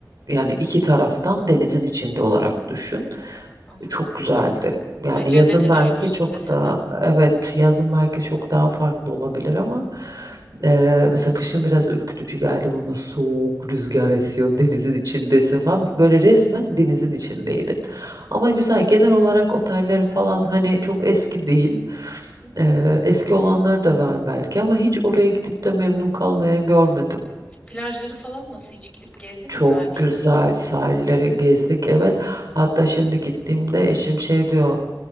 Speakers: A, on the right; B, on the left.
A: yani iki taraftan denizin içinde olarak düşün.
B: aha.
A: Çok güzeldi. Yani
B: Ay cennete
A: yazın belki
B: düşmüşsün
A: çok
B: desene.
A: daha evet yazın belki çok daha farklı olabilir ama
B: Hı hı,
A: e, mesela kışın biraz ürkütücü geldi bana soğuk rüzgar esiyor denizin içindesin falan böyle resmen denizin içindeydi. Ama güzel. Genel olarak otelleri falan hani çok eski değil.
B: hı hı.
A: Ee, eski olanlar da var belki ama hiç oraya gidip de memnun kalmayan görmedim.
B: Plajları falan nasıl hiç gidip gezdin
A: Çok
B: mi sahil kenarına?
A: güzel sahilleri gezdik evet. Hatta şimdi gittiğimde eşim şey diyor